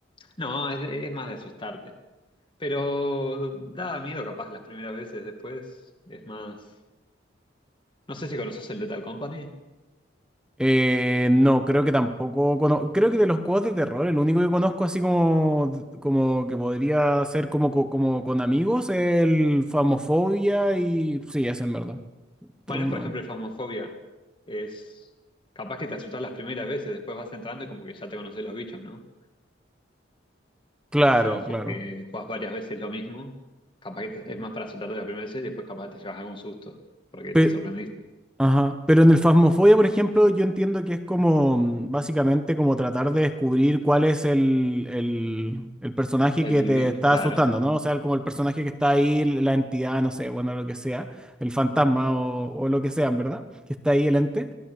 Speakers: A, on the left; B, in the centre.
A: No, es, de- es más de asustarte. Pero da miedo capaz las primeras veces, después es más... No sé si conoces el Lethal Company.
B: Eh, no, creo que tampoco. cono- creo que de los juegos de terror, el único que conozco así como, como que podría ser como, co- como con amigos, es el Famofobia y. Sí, ese en verdad. Otros
A: Bueno,
B: no.
A: por ejemplo, el Phasmophobia es capaz que te asustas las primeras veces, después vas entrando y como que ya te conoces los bichos, ¿no?
B: Claro,
A: Hacer un juego
B: claro.
A: que juegas varias veces lo mismo, capaz que te- es más para asustarte la primera vez y después capaz te llevas algún susto, porque
B: Pe-
A: te sorprendiste.
B: Ajá. Pero en el Phasmophobia, por ejemplo, yo entiendo que es como mm, básicamente como tratar de descubrir cuál es el, el, el personaje
A: El
B: que te
A: bi-
B: está
A: claro.
B: asustando, ¿no? O sea, como el personaje que está ahí, la entidad, no sé, bueno, lo que sea, el fantasma o, o lo que sea, en verdad, que está ahí el ente.